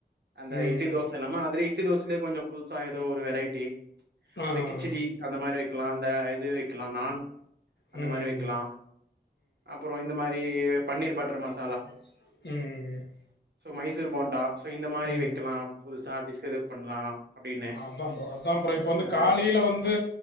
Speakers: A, on the right (about 80°); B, on the left (about 80°).
A: அந்த
B: ம்.
A: இட்லி தோச இல்லாமாதிரி இட்லி தோசலியே கொஞ்சோ புதுசா ஏதோ ஒரு ரைட்டு
B: ஆ.
A: அந்த கிச்சடி அந்த மாரி வெக்கலா அந்த ஐ து வெக்கலா நான் அந்த
B: ம்
A: மாரி வெக்கலா அப்பறோ இந்த மாரி பன்னீர் பட்டர் மஸ்
B: ம் ம் ம்
A: சோ மைசூர் போண்டா சோ இந்த மாரி
B: ம்
A: வெக்கலா புதுசா டிஸ் எதாவ் பண்லா அப்டின்னு
B: அதா ப்ரோ அதா ப்ரோ இப்ப வந்து
A: ஆ
B: காலையில வந்து